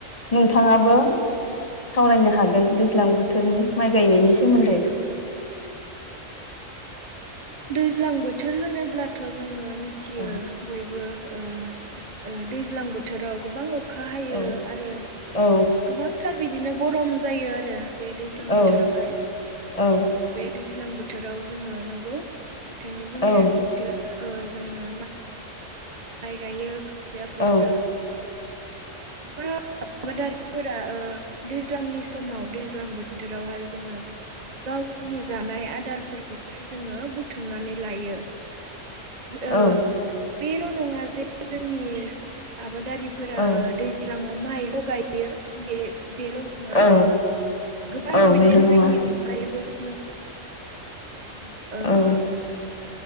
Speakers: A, on the left; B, on the right.
A: नोंथ बिथाङाबो सावरायनोहा होगोन दैज्लां बोथोरनि माइ गायनायनि सोमोन्दै।
B: दैज्लां बोथोर होनोब्लाथ' जोंङो मिथियो
A: औ
B: बयबो ओ ओ दैज्लां बोथोराव गोबां अख अखा हायो
A: औ
B: आरो
A: औ
B: गोबांथार बिदिनो गरम जायो आरो बे दैज्लां
A: औ
B: बोथोरावहाय।
A: औ
B: बे दैज्लां बोथोराव जोङो नंगौ नोंथांनि बुंनाया
A: औ
B: सैथो ओ जोङो मा माइ गायो खोथिया फोयो।
A: औ
B: गोबां आबादारिफोरा ओ दैज्लांनि समाव दैज्लां बोथोरावहाय जोङो गाव गावनि जानाय आदारफोरखौहाय जोङो बुथुमनानै‌ लायो। ओ
A: औ
B: बे नङा जे जोंनि आबादारिफोरा
A: औ
B: ओ दैज्लांङाव माइ गाय यो बे बेल' नङा
A: औ
B: गोबां
A: औ
B: बे
A: बेल'
B: माइनि
A: नङा
B: अनगायैबो जायो। जों ओ
A: औ